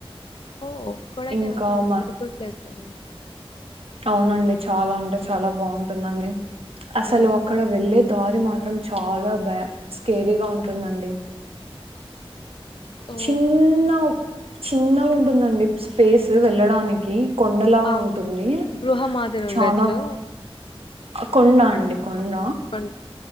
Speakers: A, on the left; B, on the right.
A: ఓ కొడైకెనాల్
B: ఇంకా
A: చాలా
B: మా
A: బ్యూటిఫుల్ ప్లేస్ కదా అండి
B: అవునండి చాలా అంటే చాలా బాగుంటుందండి అసలు
A: మ్మ్
B: అక్కడ వెళ్లేేది దారి మాత్రం చాలా బ స్కేరీగా ఉంటుందండి
A: ఓ
B: చిన్న చిన్న ఉంటుందండి స్పేస్ వెళ్ళడానికి కొండలాగా
A: ఆ
B: ఉంటుంది
A: గృహ మాదిరి
B: చానా
A: ఉండచ్చు
B: కొండ అండి కొండ
A: కొన్-